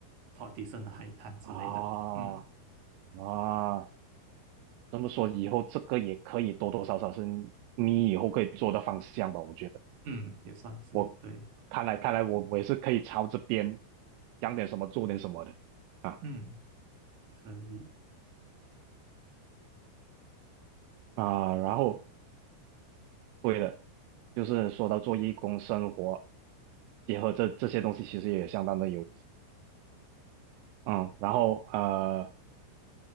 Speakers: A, on the right; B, on the right.
A: 跑地上的海滩之类的，
B: 啊
A: 嗯
B: 啊，这么说以后这个也可以多多少少是你以后可以做的方向吧？我觉得
A: 嗯，也算是对，
B: 我看来看来我我也是可以朝这边讲点什么做点什么的。啊
A: 嗯，可以，
B: 啊，然后对的，就是说到做义工生活，结合这这些东西，其实也相当的有意思。嗯，然后呃，